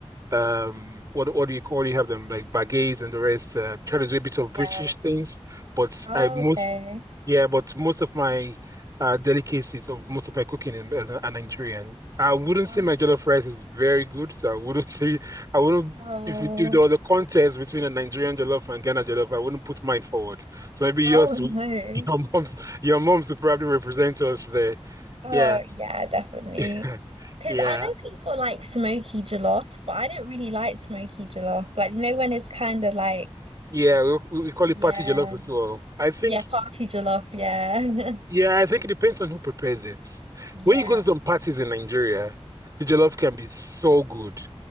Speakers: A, on the right (about 35°); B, on the right (about 70°).
A: um what what do you call you have them like baguettes and the rest uh, try to do a bit of British
B: yeah.
A: things but
B: Oh,
A: I most
B: okay.
A: yeah but most of my uh delicacies or most of my cooking in, as a, a Nigerian I wouldn't
B: Oh,
A: say my jollof rice is very good so I wouldn't <laughs> say I wouldn't
B: no.
A: if it- if there was a contest between a Nigerian jollof and Ghana jollof I wouldn't put mine forward so maybe
B: oh
A: yours
B: no.
A: will- <laughs> your mom's your mom's will probably represent us there
B: Oh
A: yeah
B: yeah, definitely.
A: <laughs>
B: Because
A: yeah
B: I know people like smoky jollof, but I don't really like smoky jollof. Like, you know, when it's kind of like,
A: Yeah, we, we call
B: yeah,
A: it party jollof as well. I think,
B: yeah, party jollof, yeah. <laughs>
A: yeah, I think it depends on who prepares it.
B: Yeah,
A: When you go to some parties in Nigeria, the jollof can be so good.